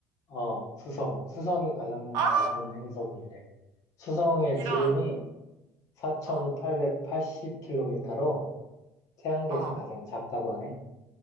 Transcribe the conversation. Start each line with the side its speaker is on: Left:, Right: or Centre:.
Left: 어, 수성. 수성이 가장
Right: 아,
Left: 작은 행성이래. 수성의
Right: 이런,
Left: 지름이 4,880km로
Right: 어,
Left: 태양계에서
Right: 어.
Left: 가장 작다고 하네.